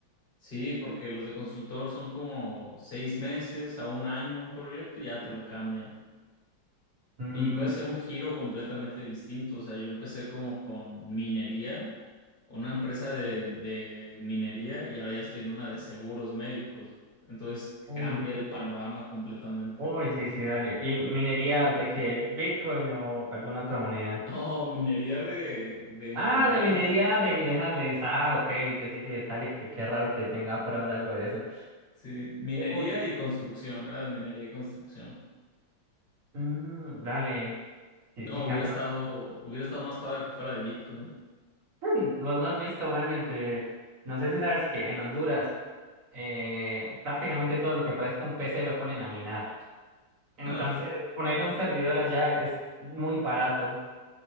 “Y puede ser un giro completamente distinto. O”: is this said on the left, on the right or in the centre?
Left